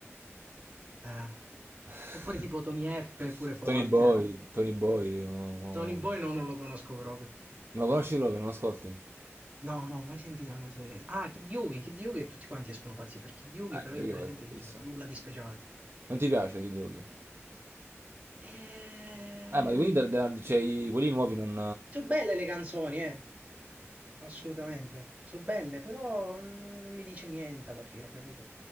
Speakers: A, on the right; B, on the right.
A: eh.
B: <laughs>
A: Oppure tipo Tony F, pure forte.
B: Tony Boy, Tony Boy, mo- mo-
A: Tony Boy no, non lo conosco proprio.
B: non lo conosci proprio, non lo ascolti? Eh,
A: No, no, mai sentito una canzone. Ah, Kid Yugi, Kid Yugi, tutti quanti escono pazzi per Kid Yugi,
B: Kid
A: però io
B: Yugi
A: per esempio
B: è fortissimo.
A: non c'è nulla di speciale.
B: Non ti piace Kid Yugi?
A: Eh,
B: Eh, ma quelli, da- da- c'è i- quelli nuovi non...
A: Sono belle le canzoni, eh. Assolutamente. So' belle, però mm, non mi dice niente alla fine, capito?